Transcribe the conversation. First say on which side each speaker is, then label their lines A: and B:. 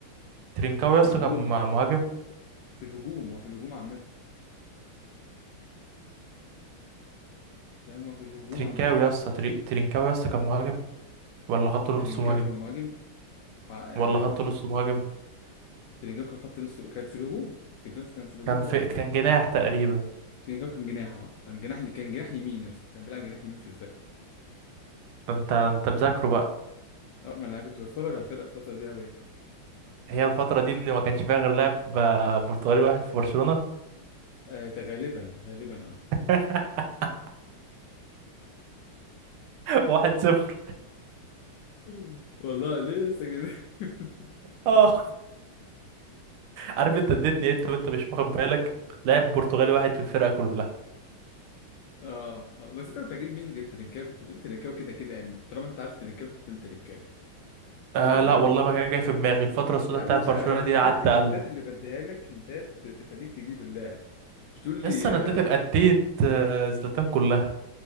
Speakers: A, on the right (about 80°); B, on the left (about 75°).
A: ترينكاوي
B: في
A: يا اسطى
B: الهجوم
A: كان
B: يعني
A: مهاجم
B: في الهجوم هو في الهجوم عامة فاهم هو في الهجوم
A: ترينكاوي
B: عامة
A: يا اسطى تري... ترينكاوي يا اسطى كان مهاجم ولا خط نص
B: ترينكاو
A: مهاجم
B: كان مهاجم مع- يعني
A: ولا خط نص مهاجم
B: تريجاكا خط لسه كان في الهجوم تريجاكا كان في الهجوم
A: كان في
B: برضه
A: كان جناح تقريبا
B: تريجاكا كان جناح اه كان جناح كان جناح يمين يا اسطى كان بيلعب جناح يمين في الفرقه
A: ده انت انت مذاكره بقى
B: اه ما انا كنت بتفرج على الفرقه في الفتره دي قوي يعني
A: هي الفترة دي اللي ما كانش فيها غير لاعب آه، برتغالي واحد في برشلونة
B: آه ده غالبا غالبا اه
A: <laughs> واحد صفر
B: <laughs> والله ليه يا اسطى كده <laughs>
A: اه عارف انت اديتني انت وانت مش واخد بالك لاعب برتغالي واحد في الفرقه كلها
B: اه اه بس انت كنت هتجيب مين غير ترينكاوي كنت بتقول ترينكاوي كده كده يعني طالما انت عارف ترينكاوي كنت بتقول ترينكاوي بس
A: آه
B: عيب
A: لا
B: عليك
A: والله
B: يعني
A: ما كان جاي في دماغي الفتره السوداء
B: يا عم
A: بتاعت
B: باشا
A: برشلونه
B: الهنتات
A: دي قعدت
B: الهنتات
A: اقلب
B: اللي بديها لك هنتات تخليك تجيب اللاعب مش تقول لي
A: يس انا اديتك
B: آه
A: اديت آه، زلاتان كلها